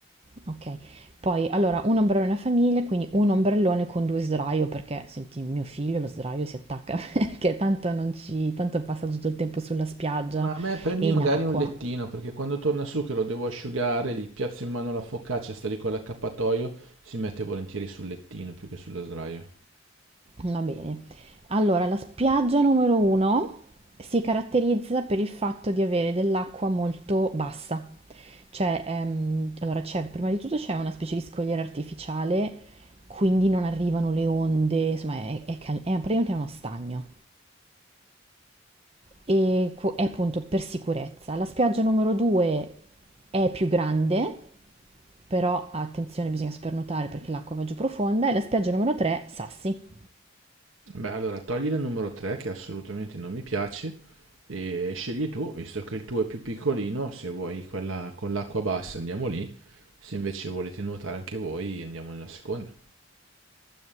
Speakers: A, on the right; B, on the right.
A: Okay. Poi allora 1 ombrellone a famiglia, quindi 1 ombrellone con 2 sdraio perché senti mio figlio lo sdraio si attacca <laughs> perché tanto non ci tanto passa tutto il tempo sulla spiaggia
B: Ma a me prendi
A: e
B: magari
A: in acqua.
B: un lettino, perché quando torna su che lo devo asciugare, gli piazzo in mano la focaccia, sta lì con l'accappatoio, si mette volentieri sul lettino più che sullo sdraio.
A: Va bene. Allora la spiaggia numero 1 si caratterizza per il fatto di avere dell'acqua molto bassa. Cioè, ehm, allora c'è prima di tutto c'è una specie di scogliera artificiale, quindi non arrivano le onde, insomma è è cal è praticamente uno stagno. E co- e appunto per sicurezza. La spiaggia numero 2 è più grande, però attenzione, bisogna spernotare perché l'acqua va giù profonda. E la spiaggia numero 3, sassi.
B: Beh, allora togli la numero 3 che assolutamente non mi piace e scegli tu, visto che il tuo è più piccolino, se vuoi quella con l'acqua bassa andiamo lì, se invece volete nuotare anche voi andiamo nella seconda.